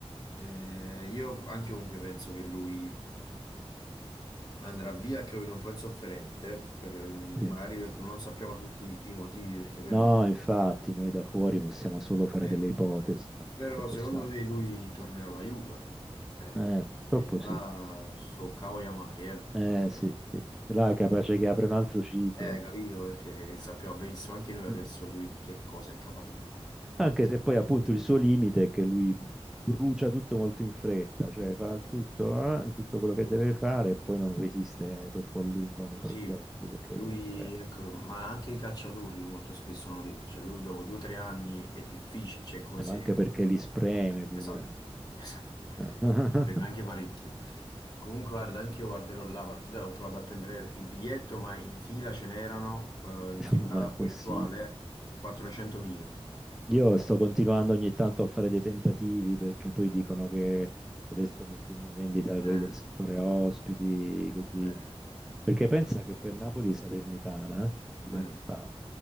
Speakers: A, on the left; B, in the centre.
A: Eh, io anche comunque penso che lui... andrà via, credo, un po' insofferente, per mm,
B: sì.
A: magari ecco, non sappiamo tutti i motivi, perché ovviamente...
B: No, infatti, noi da fuori possiamo solo fare
A: eh,
B: delle ipotesi, ma non
A: però
B: che possiamo.
A: secondo me lui tornerà alla Juve. Eh,
B: Eh, purtroppo
A: e là
B: sì.
A: so cavoli amari, eh.
B: Eh, sì, sì, sì. Là è capace che apre un altro ciclo.
A: Eh, capito? Perché sappiamo benissimo anche noi adesso
B: Mm.
A: lui di che cosa è capace di fare.
B: Anche se poi appunto il suo limite è che lui brucia tutto molto in fretta, cioè fa tutto, eh, tutto quello che deve fare e poi non resiste troppo a lungo nei progetti,
A: Sì,
B: perché
A: lui,
B: comunque
A: ecco, ma anche i calciatori molto spesso hanno detto, cioè lui dopo due o tre anni è difficile, cioè è come
B: Eh,
A: se...
B: Ma anche perché li spreme pure.
A: Esatto, <laughs> esatto,
B: <laughs>
A: preme anche parecchio. Comunque guarda, anche io guarderò la partita, ho provato a prendere il biglietto, ma in fila ce n'erano, eh, in
B: No,
A: fila
B: impossibile.
A: virtuale, 400.000.
B: Io sto continuando ogni tanto a fare dei tentativi perché poi dicono che adesso mettono in vendita
A: Eh,
B: quelli del settore ospiti, così.
A: eh,
B: Perché pensa che per Napoli Salernitana, due
A: mm.
B: anni fa,